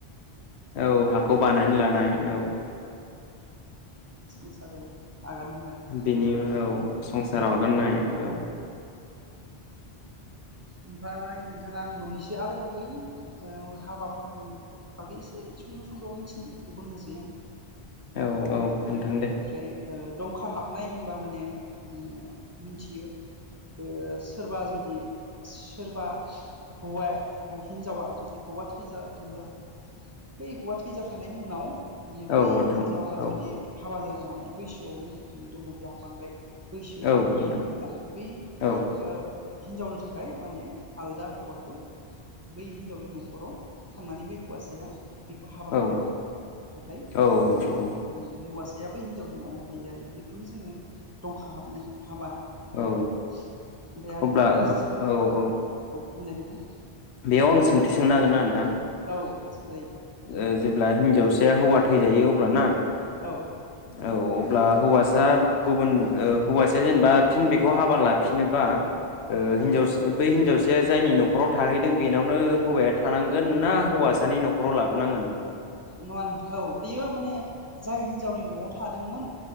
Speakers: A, on the left; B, on the right.
A: औ हाखौ बानायनानै लानाय औ
B: संसाराव आगान होनाय
A: बेनि
B: गोदान
A: उनाव संसाराव होनाय औ
B: ओमफ्राय नों बिथाङा आं मोननैसो आरोबाव बै ओ हाबाफोरनि बागै एसे सुंद' सुंद' मिथिनायखौ बुंनोसै आं
A: औ औ नोंथां दे
B: ओमफ्राय ओ दं खाफोहाबनाय होनबा माने जोङो मिथियो बे सोरबा जुदि सोरबा हौवाया हिनजावा जुदि हौवा थैजादोंब्ला बै हौवा थैजाखांनायनि उनाव माने
A: औ
B: बै
A: नोंथां
B: हिन्जावा
A: औ
B: जुदि हाबा जाना हानाय बैसोआवनो जुदि दङब्ला बांद्राय बैसो
A: औ
B: बुरैयाखैब्ला
A: नोंथां
B: बै
A: औ
B: ओ हिनजावनो थाखाय माने आलदा हौवाखौ बै हिनजावनि न'खराव थांनानै बै हौवासाया बेखौ हाबा खालामहैयो
A: औ
B: ओमफ्राय
A: औ
B: बै हौवास साया बै हिनजावनि न'आवनो थायो आरो बेखौनो जोङो दंखा हाबनाय हाबा होनो
A: औ
B: ओमफ्राय आरो
A: अब्ला
B: गोरजि
A: औ औ
B: बुंलाय नोंथां
A: बेयाव आं सोंथि सोंनो हागोनना नों
B: औ सोंजायो
A: ओ जेब्ला हिन्जावसाया हौवा थैजायो अब्लाना
B: औ
A: औ अब्ला हौवासा गुबुन ओ हौवासा जेनेबा फिन बेखौ हाबा लाफिनोबा ओ हिन्जाव
B: औ
A: बै हिन्जावसा साया जायनि न'खराव थाहैदों बेनावनो हौवाया थानांगोन ना हौवासानि न'खराव लाबोनांगोन
B: नङा नोंथां औ बेयो माने जाय हिनजावनि न'आव थादोंमोन